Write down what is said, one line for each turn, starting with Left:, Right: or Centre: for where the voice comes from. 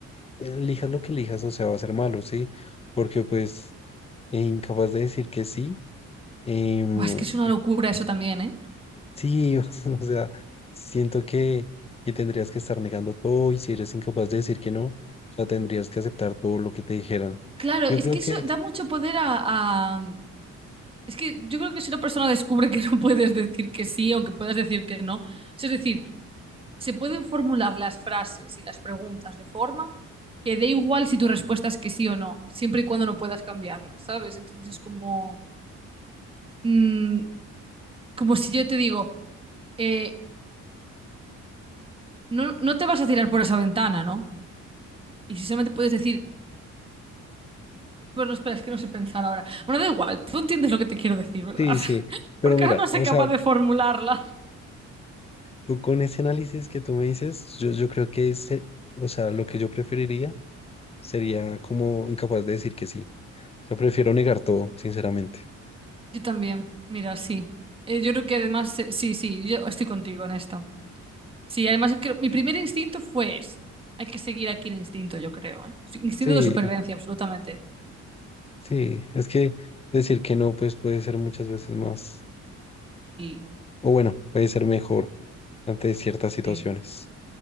Left: elijas lo que elijas, o sea, va a ser malo, ¿sí? Porque pues eh, incapaz de decir que sí, em,
Right: Buah, es que es una locura eso también, ¿eh?
Left: sí, <laughs> o sea, siento que, que tendrías que estar negando todo y si eres incapaz de decir que no, o sea, tendrías que aceptar todo lo que te dijeran.
Right: Claro,
Left: Yo
Right: es
Left: creo
Right: que
Left: que,
Right: eso da mucho poder a, a- Es que yo creo que si una persona descubre que <laughs> no puedes decir que sí, aunque puedas decir que no, o sea, es decir, se pueden formular las frases y las preguntas de forma que dé igual si tu respuesta es que sí o no, siempre y cuando no puedas cambiarlas, ¿sabes? Entonces es como... mm, como si yo te digo, eh, no, no te vas a tirar por esa ventana, ¿no? Y si solamente puedes decir, bueno, espera, es que no sé pensar ahora. Bueno, da igual, tú entiendes lo que te quiero decir, ¿verdad?
Left: sí,
Right: <laughs>
Left: sí, pero
Right: Porque
Left: mira,
Right: ahora no soy
Left: o
Right: capaz
Left: sea,
Right: de formularla.
Left: tú con ese análisis que tú me dices, yo, yo creo que, ese, o sea, lo que yo preferiría sería como incapaz de decir que sí. O sea, prefiero negar todo, sinceramente.
Right: Yo también, mira, sí. Eh, yo creo que además, eh, sí, sí, yo estoy contigo en esto. Sí, además creo- mi primer instinto fue ese. Hay que seguir aquí el instinto, yo creo, ¿eh? Sí, Instinto
Left: Sí,
Right: de supervivencia, absolutamente.
Left: Sí, es que decir que no, pues puede ser muchas veces más,
Right: Sí,
Left: o bueno, puede ser mejor ante ciertas situaciones.
Right: sí.